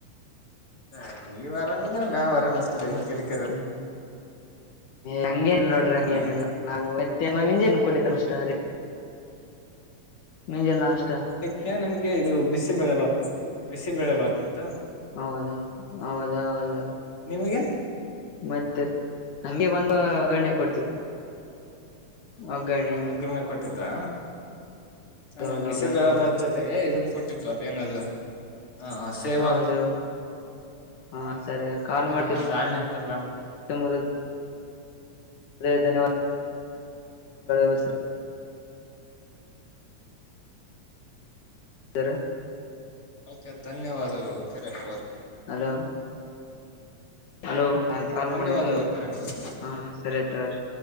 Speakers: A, on the left; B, on the left.
A: ಹ ನೀವ ಆರಾಮಿದ್ರೆ ನಾವ್ ಆರಾಮ ಇರ್ತರಿ ಹೆಂಗ್ ಕ
B: ಹ್ಮ್ ಹಂಗೇನಿಲ್ ನೋಡ್ರಿ
A: ಹಾ
B: ಹಂಗೆನಿಲ್ಲ ನಾವು ಮತೆ <unintelligible> ಮಂಜೆನ್ ಕೊಟ್ಟಿದ್ರ ಅಷ್ಟ ರೀ ಮುಂಜೆಲೆ ನಾಷ್ಟಾ
A: ಈ ನಮ್ಗೆ ಇದು ಬಿಸಿ ಬೆಳೆ ಬಾತಿತ್ತ್ ಬಿಸಿ ಬೆಳೆ ಬಾತಿತ್ತ್.
B: ಹೌದಾ ಹೌದಾ ಹೌದ
A: ನಿಮ್ಗೆ
B: ಮತ್ತೆ ಹಂಗೆ ಬಂದು ಒಗ್ಗರಣೆ ಕೊಡ್ತು ಒಗ್ಗರಣೆ
A: ಒಗ್ಗರಣೆ ಕೊಟ್ಟಿದ್ರಾ ಆಮೇಲೆ
B: ಹೌದು
A: ಬಿಸಿ
B: ಒಗ್ಗರಣೆ
A: ಬೆಳೆ
B: ಕೊಡ್ತು
A: ಬಾತ್ ಜೊತೆ ಜೊತೆಗೆ ಇದನ್ ಕೊಟ್ಟಿದ್ರು ಅದೇನದು ಹಾ ಆ ಸೇವಾ
B: ಹೌದು ಹಾ ಸರಿ ಕಾಲ್
A: ಹ
B: ಮಾಡ್ಕೆ
A: ದಾಣಿ ಅಂತಾರತಲ್ಲ ಅವ
B: <unintelligible> ಧನ್ಯವಾದಗಳು <unintelligible> ಧ್ಯನ್ಯವಾದಗಳಿಗೋಸ್ಕರಾ ಸರ <unintelligible>
A: ಓಕೆ ಧನ್ಯವಾದಗಳು ಕರೆಪ್ಪಾ ಅವ್ರೆ.
B: ಹಲೋ ಹಲೋ ಆಯ್ತ ಕಾಲ್
A: ಧನ್ಯವಾದಗಳು
B: ಮಾಡರಿ <unintelligible>
A: ಕರೆಪ್ಪ ಅವ್ರೆ
B: ಹ ಸರಿ ಅಯ್ತೀ ತಗೊರಿ